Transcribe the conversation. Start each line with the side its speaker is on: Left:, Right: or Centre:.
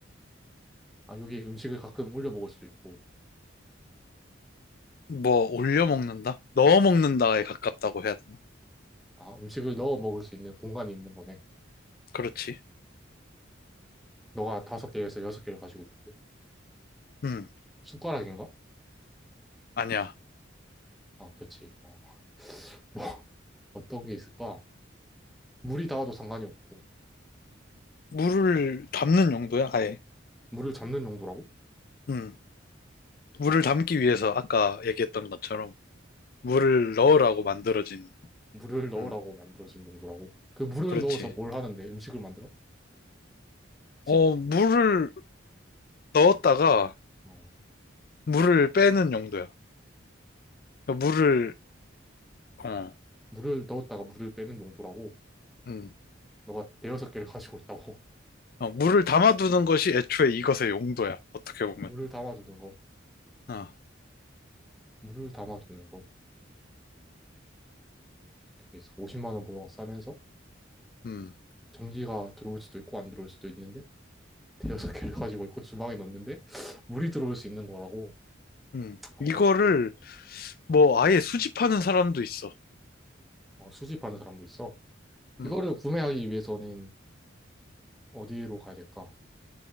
Centre: 아, 여기 음식을 가끔 올려 먹을 수도 있고.
Left: 뭐 올려 먹는다? 넣어 먹는다에 가깝다고 해야 되나?
Centre: 아, 음식을 넣어 먹을 수 있는 공간이 있는 거네.
Left: 그렇지.
Centre: 너가 다섯 개에서 여섯 개를 가지고 있다고?
Left: 음,
Centre: 숟가락인가?
Left: 아니야.
Centre: 아, 그렇지. 어. <laughs> 어떤 게 있을까? 물이 닿아도 상관이 없고.
Left: 물을 담는 용도야, 아예.
Centre: 물을 잡는 용도라고?
Left: 음, 물을 담기 위해서 아까 얘기했던 것처럼 물을 넣으라고 만들어진,
Centre: 물을 넣으라고
Left: 음,
Centre: 만들어진 용도라고? 그 물을
Left: 그렇지.
Centre: 넣어서 뭘 하는데? 음식을 만들어? 식식.
Left: 어, 물을 넣었다가
Centre: 어.
Left: 물을 빼는 용도야. 물을, 어,
Centre: 물을 넣었다가 물을 빼는 용도라고?
Left: 음,
Centre: 너가 대여섯 개를 가지고 있다고?
Left: 어, 물을 담아두는 것이 애초에 이것의 용도야, 어떻게 보면.
Centre: <laughs> 물을 담아주는 것.
Left: 아,
Centre: 물을 담아두는 것 그게 50만 원보다 싸면서
Left: 음,
Centre: 전기가 들어올 수도 있고 안 들어올 수도 있는데 대여섯 개를 <laughs> 가지고 있고 주방에 넣는데 <sniffs> 물이 들어올 수 있는 거라고
Left: 음.
Centre: 어,
Left: 이거를
Centre: 어,
Left: 뭐 아예 수집하는 사람도 있어.
Centre: 어, 수집하는 사람도 있어.
Left: 음,
Centre: 이거를 구매하기 위해서는 어디로 가야 될까?